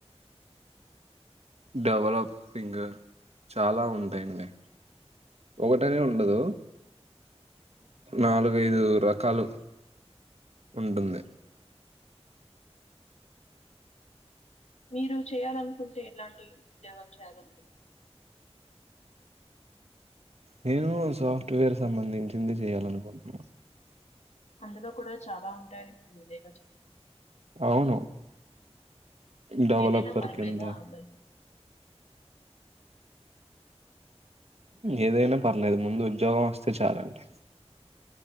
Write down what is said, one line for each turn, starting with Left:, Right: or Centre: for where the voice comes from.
Right: డెవలపింగ్ చాలా ఉంటాయండి ఒకటనే ఉండదు నాలుగైదు రకాలు ఉంటుంది
Left: మీరు చేయాలనుకుంటే ఎట్లాంటి ఉదోగాలు చేయాలనుకుంటున్నారు
Right: నేను సాఫ్ట్వేర్ సంబంధించింది చేయాలనుకుంటున్నాను
Left: అందులో కూడా చాలా ఉంటాయి విరేగా చెప్పారు
Right: అవును డెవలపర్
Left: ఏదైనా పని
Right: కింద
Left: మీద ఆందోళన
Right: ఏదైనా పర్లేదు ముందు ఉద్యోగం వస్తే చాలండి